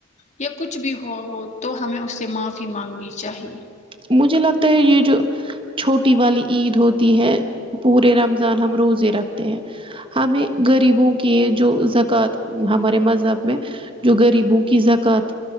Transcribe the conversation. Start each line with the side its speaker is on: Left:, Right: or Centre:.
Left: یا کچھ بھی ہو ہو تو ہمیں اس سے معافی مانگنی چاہیے
Right: مجھے لگتا ہے یہ جو چھوٹی والی عید ہوتی ہے پورے رمضان ہم روز رکھتے ہیں ہمیں غریبوں کی جو زکوۃ ہمارے مذہب میں جو غریبوں کی زکوۃ